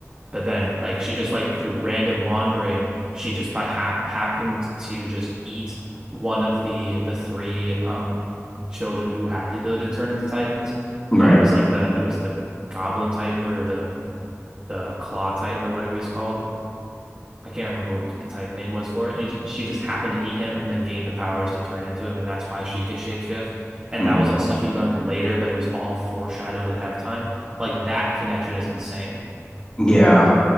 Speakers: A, on the right (about 20°); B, on the left (about 25°).
A: but then like she just like through random wandering, she just by hap happened to just eat one of the the three um children who had the ability to turn into Titans,
B: Right.
A: and it was like the it was the Goblin Titan or the the Claw Titan or whatever he's called I can't remember what the Titan name was for it. And he, ju- she just happened to eat him and then gained the powers to turn into him. And that's why she could shapeshift. And
B: Mm-hmm.
A: that was all stuff you learned later, but it was all foreshadowed at halftime. Like that connection is insane.
B: Yeah.